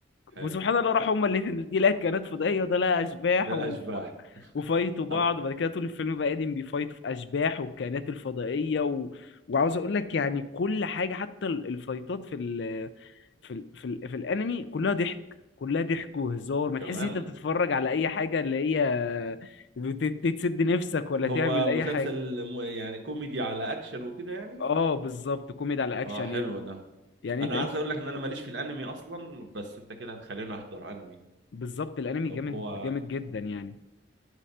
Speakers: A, on the right; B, on the left.
A: حلو
B: وسبحان الله راحوا هما الاتنين دي لقت كائنات فضائيه وده لقى اشباح
A: ده
B: و...
A: الاشباح
B: وفايتوا بعض
A: طب
B: وبعد كده طول الفيلم بقى قاعدين بيفايتوا في اشباح والكائنات الفضائيه و... وعاوز اقول لك يعني كل حاجه حتى ال- الفايتات في ال... في ال... في, ال... في الانمي كلها ضحك كلها ضحك وهزار ما
A: كمان
B: تحس ان انت بتتفرج على اي حاجه اللي هي بت- تسد نفسك ولا
A: هو
B: تعمل اي
A: مسلسل
B: حاجه
A: م- يعني كوميدي على اكشن وكده يعني
B: اه بالظبط كوميدي على اكشن
A: اه حلو
B: يعني
A: ده
B: يعني
A: انا
B: انت انت
A: عايز اقول لك ان انا ماليش في الانمي اصلا بس انت كده هتخليني احضر انمي
B: بالظبط الانمي جامد
A: لو هو
B: جامد جدا يعني